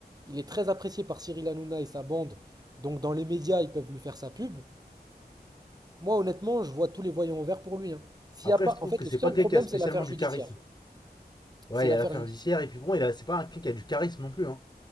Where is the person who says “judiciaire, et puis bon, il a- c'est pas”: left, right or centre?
Left